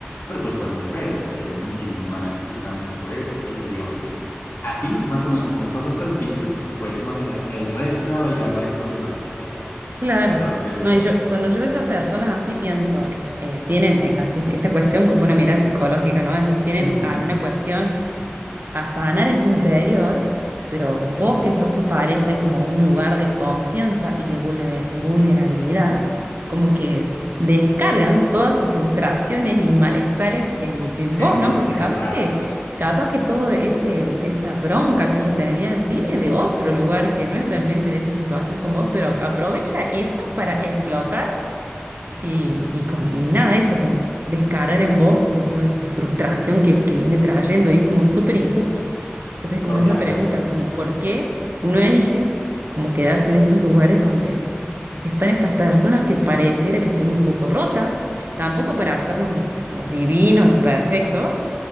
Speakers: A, on the left (about 65°); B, on the right (about 55°).
A: pero pues fue muy feo, o sea, yo me sentí muy mal justamente por eso, y pues digamos que así, más o menos con cosas tan simples, pues te puedes imaginar el resto de amalgama de problemáticas que hay.
B: Claro.
A: Entonces,
B: No, y yo, cuando yo veo esas personas así pienso, eh, eh, tienen eh, así es- esta cuestión como una mirada psicológica, ¿no? Es decir, tienen
A: ujú,
B: alguna cuestión a sanar en su interior, pero vos que sos su pareja y como un lugar de confianza y de vulne- vulnerabilidad, como que descargan todas sus frustraciones y malestares en, en vos,
A: en
B: ¿no?
A: ti,
B: Porque capaz
A: exacto,
B: que, capaz que todo ese, esa bronca que ella tenía viene de otro lugar que no es realmente de esa situación con vos, pero aprovecha eso para explotar y, y, como- y nada, eso, como descargar en vos como toda esa frustración que, que viene trayendo y es como súper injusto. Entonces, como
A: totalmente.
B: esa pregunta, como por qué uno elige como quedarse en esos lugares donde están estas personas que pareciera que están un poco rotas, tampoco para hacernos lo que, los divinos, los perfectos,